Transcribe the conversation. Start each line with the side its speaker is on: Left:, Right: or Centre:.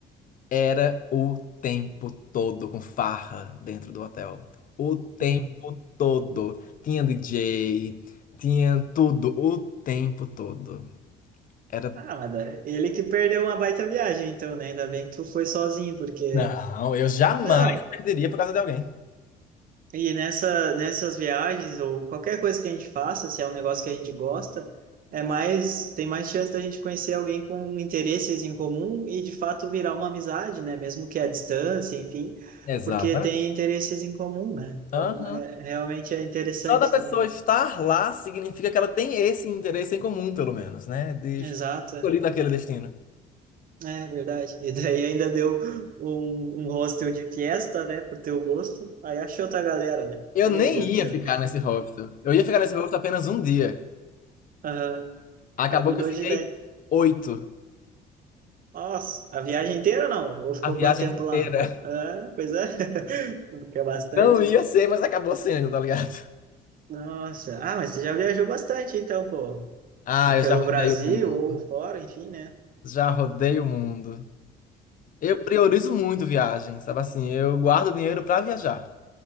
Left: Era o tempo todo com farra dentro do hotel. O tempo
Right: Uhum.
Left: todo. Tinha DJ, tinha tudo, o tempo todo. Era.
Right: Ah, mas da- ele que perdeu uma baita viagem, então, né? Ainda bem que tu foi sozinho, porque.
Left: Não, eu jamais
Right: Não,
Left: perderia por causa de alguém.
Right: e nessa, nessas viagens, ou qualquer coisa que a gente faça, se é um negócio que a gente gosta, é mais, tem mais chance da gente conhecer alguém com interesses em comum e, de fato, virar uma amizade, né? Mesmo que à distância, enfim,
Left: Exatamente.
Right: porque tem interesses em comum, né? Então,
Left: Aham.
Right: é, realmente é interessante
Left: Só da pessoa
Right: também.
Left: estar lá significa que ela tem esse interesse em comum, pelo menos, né? De
Right: Exato. é.
Left: escolher daquele destino.
Right: É verdade. E daí ainda deu um, um hostel de fiesta, né, pro teu gosto. Aí achou outra galera, né?
Left: Eu
Right: Meu
Left: nem
Right: Deus
Left: ia
Right: do céu.
Left: ficar nesse hostel. Eu ia ficar nesse hostel apenas um dia.
Right: Aham.
Left: Acabou
Right: Aí mudou
Left: que eu fiquei
Right: de ideia.
Left: oito.
Right: Nossa, a viagem inteira não? Ou ficou
Left: A viagem
Right: quanto tempo
Left: inteira.
Right: lá? Ah, pois é. <laughs> Que é bastante,
Left: Não ia
Right: né?
Left: ser, mas acabou sendo, tá ligado?
Right: Nossa. Ah, mas você já viajou bastante, então, pô.
Left: Ah, eu
Right: Pelo
Left: já rodei
Right: Brasil
Left: o mundo.
Right: ou fora, enfim, né?
Left: Já rodei o mundo. Eu priorizo muito viagem, sabe assim? Eu guardo dinheiro pra viajar.